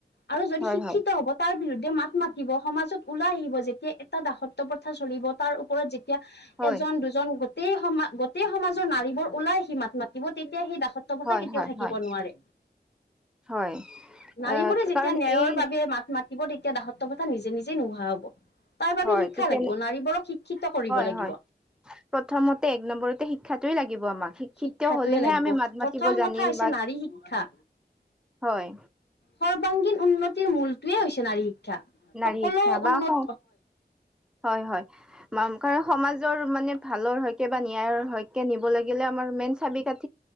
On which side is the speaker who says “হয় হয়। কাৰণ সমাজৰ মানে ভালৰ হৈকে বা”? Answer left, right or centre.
Centre